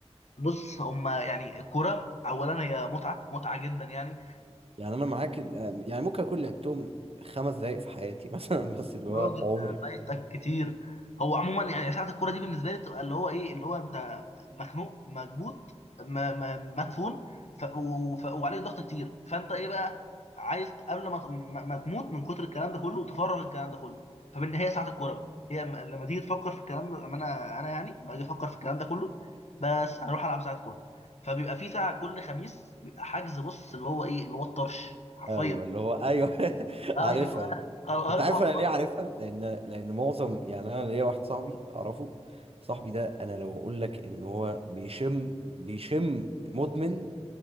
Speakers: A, on the left; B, on the right.
A: بص هما يعني الكوره اولا هي متعه متعه جدا يعني
B: يعني انا معاك يعني ممكن اكون لعبتهم خمس دقايق في حياتي مثلا <laughs> بس اللي هو
A: راجل
B: عمري
A: ده فايتك
B: ما لعبتهم.
A: كتير هو عموما يعني ساعة الكورة دي بالنسبة لي بتبقى اللي هو ايه اللي هو انت مخنوق مكبوت م- م- مدفون ف... و... ف... وعليك ضغط كتير فانت ايه بقى عايز قبل ما ت- ما ما تموت من كتر الكلام ده كله تفرغ الكلام ده كله فبالنهاية ساعة الكورة بقى هي م- لما تيجي تفكر في الكلام ده لما انا انا يعني باجي افكر في الكلام ده كله بس اروح العب ساعة كورة فبيبقى في ساعة كل خميس بيبقى حجز بص اللي هو ايه اللي هو الطرش حرفيا
B: ايوه اللي هو ايوه <laughs>
A: ايوه
B: عارفها
A: ايوه
B: انت
A: ايوه
B: عارف انا
A: خلاص
B: ليه عارفها لان لان معظم يعني انا ليا واحد صاحبي اعرفه صاحبي ده انا لو اقول لك ان هو بيشم بيشم مدمن